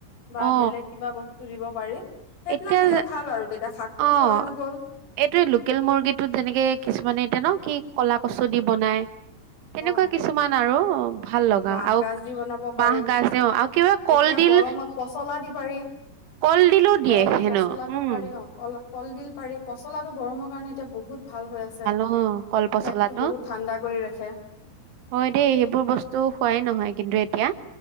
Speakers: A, on the left (about 85°); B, on the right (about 75°).
A: বা
B: অ
A: বেলেগ কিবা বস্তু দিব পাৰি। সেইবিলাক
B: এতিয়া
A: দিলে ভাল আৰু তেতিয়া শাকটোও
B: অ',
A: খোৱা গ'ল
B: এইটো লোকেল মুৰ্গীটোত যেনেকে কিছুমানে দিয়ে ন' কি ক'লা কচু দি বনাই। তেনেকুৱা
A: অ
B: কিছুমান আৰু ভাল লগা
A: বাঁহ
B: আৰু
A: গাজ দি বনাব পাৰি
B: বাঁহ গাজ ও আৰু কিবা
A: এতিয়া
B: কলডিল
A: গৰমত পচলা দি পাৰি
B: কলডিলো দিয়ে
A: গৰমত
B: হেনো,
A: পচলাটো
B: উম।
A: পাৰি অ কল কলডিল পাৰি, পচলাটো গৰমৰ কাৰণে এতিয়া বহুত ভাল হৈ আছে,
B: অ কল পচলাটো
A: পেটটো বহুত ঠাণ্ডা কৰি ৰাখে।
B: হয় দেই, সেইবোৰ বস্তু খোৱাই নহয়। কিন্তু এতিয়া